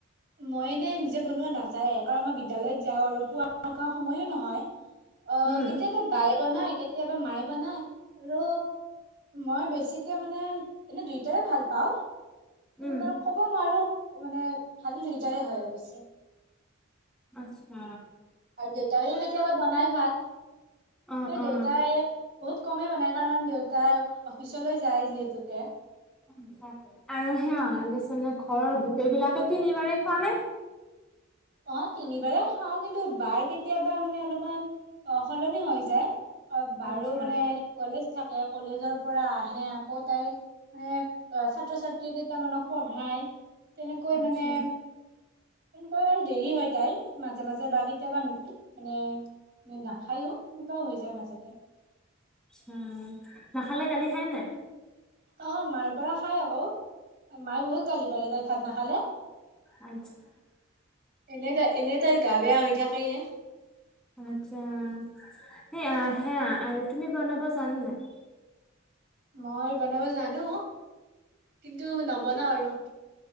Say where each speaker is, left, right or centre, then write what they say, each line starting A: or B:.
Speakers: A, on the right; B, in the centre.
A: মই এনে নিজে বনোৱা নাযায় কাৰণ মই বিদ্যালয়ত যাওঁ আৰু পোৱা কাৰ সময়ো নহয়, অ
B: উম,
A: কেতিয়াবা বায়ে বনাই, কেতিয়াবা মায়ে বনায় আৰু মই বেছিকে মানে এনে দুইটাৰে ভাল পাওঁ কিন্তু
B: উম,
A: মই কব নোৱাৰো। মানে ভাল দুইটাৰে হয় অৱশ্যে
B: আচ্ছা,
A: আৰু দে ত পতি বনাই ভাত
B: অ',
A: ক
B: অ'।
A: দেউত হ বহুত কমেই বনাই কাৰণ দেউতাই অফিচলৈ যায় যিহেতুকে
B: আচ্ছা। আৰু <unintelligible> ঘৰৰ গোটেই বিলাকে তিনিবাৰি খোৱানে?
A: অ তিনিবাৰে খাও কিন্তু বাৰ কেতিয়াবা মানে অলপমান অ সলনি হৈ যায়। অ বাৰু
B: আচ্ছা,
A: মানে কলেজ থাকে কলেজৰ পৰা আহে আকৌ তাই মানে ছাত্ৰ ছাত্ৰী কেইটামানক পঢ়ায়, তেনেকৈ
B: আচ্ছা,
A: মানে ক দেৰি হয় তাইৰ মাজে মাজে বা কেতিয়াবা মানে নাখায়ো সনেকুৱাও হৈ যায় মাজতে
B: উম নাখালে কালি খাই নাই
A: অ মাৰ পৰা খাই আকৌ মায়ে বহুত গালি পাৰে তাইক ভাত নাখালে।
B: আ
A: এনে তাই এনে তাইৰ গা বেয়া হৈ থাকেয়ে
B: আচ্ছা সেই হা আৰু তুমি বনাব জান নাই
A: মই বনাব জানো কিন্তু নবনাও আৰু